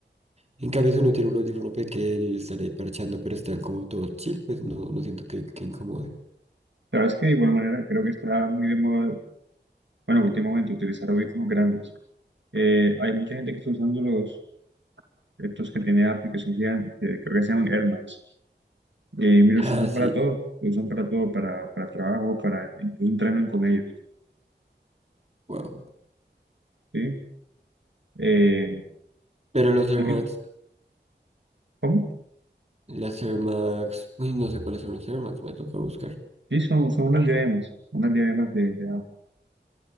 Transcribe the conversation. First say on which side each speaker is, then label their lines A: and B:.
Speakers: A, on the right; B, on the right.
A: En cambio, si uno tiene un audífono pequeño y están ahí parchando, pero están como todos chill, pues no, no siento que, que incomode.
B: Sabes que de igual manera creo que está muy de moda, bueno, últimamente utilizar audífonos grandes. Eh, hay mucha gente que está usando los, estos que tiene Apple, que son gigantes, que creo que se llaman Air Max. Eh, y los
A: Ah,
B: usan
A: sí,
B: para todo, los usan para todo, para, para trabajo, para incluso entrenan con ellos.
A: wow.
B: ¿sí? Eh,
A: Pero los Air
B: Eh,
A: Max,
B: ¿Cómo?
A: las Air Max, uy, no sé cuáles son los Air Max, me toca buscar.
B: Sí, son, son unas diademas, unas diademas de, de ajo.